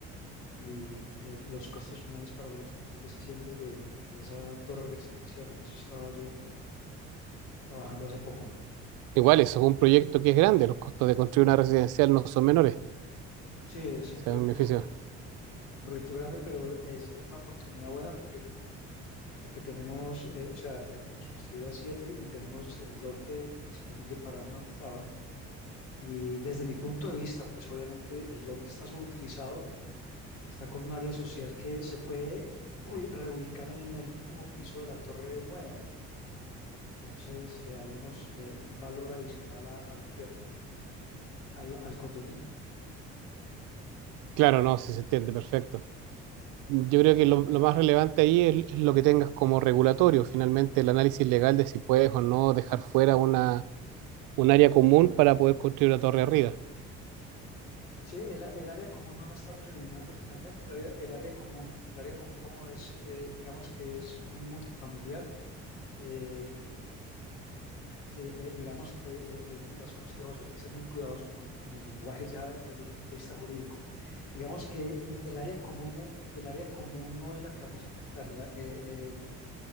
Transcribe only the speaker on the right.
Igual, eso es un proyecto que es grande, los costos de construir una residencial no son menores, o
sea,
es un edificio.
Claro, no, sí se entiende, perfecto. Yo creo que lo, lo más relevante ahí es, es lo que tengas como regulatorio, finalmente el análisis legal de si puedes o no dejar fuera una, un área común para poder construir una torre arriba.